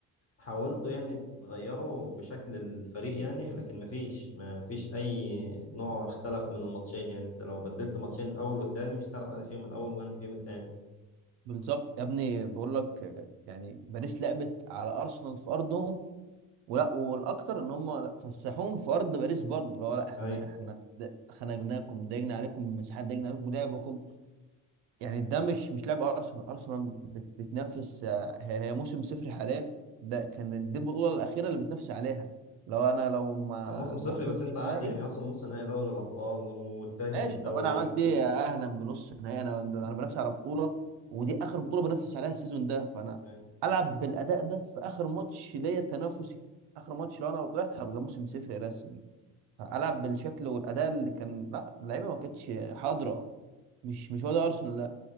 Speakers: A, on the left (about 35°); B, on the right (about 80°).
A: حاولتوا يعني تغيروا بشكل الفريق يعني لكن مفيش مفيش أي نوع اختلف من الماتشين يعني أنت لو بدلت ماتشين الأول والتاني مش هتعرف أنا فيهم الأول وأنا فيهم التاني
B: بالظبط يا ابني بقول لك يعني باريس لعبت على ارسنال في ارضهم ولا والاكتر ان هم فسحوهم في ارض باريس برضه اللي هو لا احنا
A: أي
B: احنا ده- خنقناكم ضايقنا عليكم المساحات ضايقنا عليكم لعبكم يعني ده مش مش لاعب ارسنال ارسنال بت- بتنافس آه، هي هي موسم صفري حاليا ده كان دي البطوله الاخيره اللي بتنافس عليها لو انا لو ما
A: موسم صفري
B: ما وصلتش
A: بس أنت عادي
B: نهائي
A: يعني أصلا نص نهائي دوري الأبطال والتاني
B: ماشي
A: في الدوري
B: طب انا عملت ايه يا اهلا بنص نهائي انا انا بنافس على بطوله ودي اخر بطوله بنافس عليها السيزون ده فانا
A: أي
B: العب بالاداء ده في اخر ماتش ليا تنافسي اخر ماتش لو انا طلعت هبقى موسم صفري رسمي فالعب بالشكل والاداء اللي كان لا اللعيبه ما كانتش حاضره مش مش ولا ارسنال